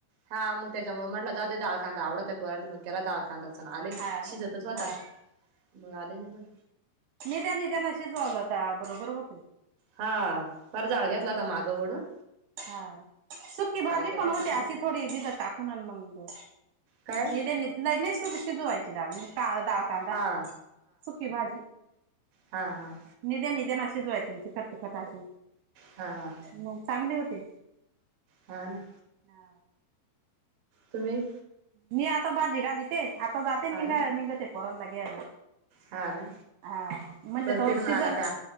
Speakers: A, on the right (about 55°); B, on the right (about 75°).
A: हा मग त्याच्यामुळ म्हटला जाऊदे डाळ कांदा आवडत नाय पोराला केला डाळ कांदाच अन् आले
B: हा ना
A: शिजतच होता
B: हा
A: मग आले निगुन.
B: निद्या -निद्यान शिजावलं का बरोबर होतय.
A: हा पार जाळ घेतला होता मागं वढून.
B: हा सुकी भाजी
A: केलाय
B: पण होते
A: काय नाही
B: अशी
A: ते
B: थोडी भिजत टाकून अन् मग.
A: काय
B: नीदी नी शिजवायची डाळ लय नाय शिजवायची डाळ नाय काळ डाळ कांदा
A: हा
B: सुकी भाजी.
A: हां हां.
B: निद्या निद्या न शिजवायचे तिखट तिखट अशी
A: हा
B: मग. चांगली होते.
A: ह ना.
B: हा.
A: तुम्ही
B: मी आता भाजी घालीते आता जाते निघा-
A: हा ना
B: निघते पोरांला घ्यायला.
A: हा ना
B: हा म्हणले
A: परत
B: तवर
A: तिथून
B: शिजल.
A: आला का